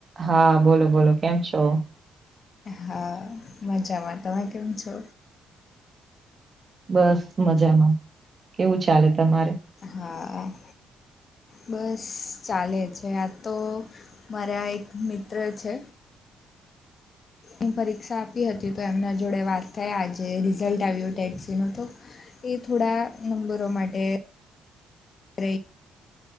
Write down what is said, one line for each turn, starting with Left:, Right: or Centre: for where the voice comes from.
Right: હા બોલો બોલો કેમ છો?
Left: હા મજામાં તમે કેમ છો?
Right: બસ મજામાં કેવું ચાલે તમારે?
Left: હા. બસ ચાલે છે, આ તો મારા એક મિત્ર છે. એ પરીક્ષા આપી હતી તો એમના જોડે વાત થાય આજે રિઝલ્ટ આવ્યું ટેસીનું તો એ થોડા નંબરો માટે <unintelligible>